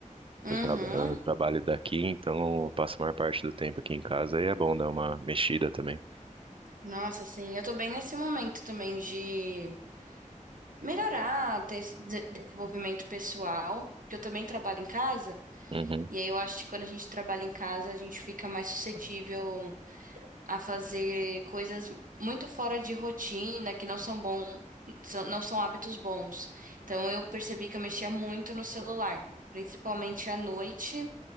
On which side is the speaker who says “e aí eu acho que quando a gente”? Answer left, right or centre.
Right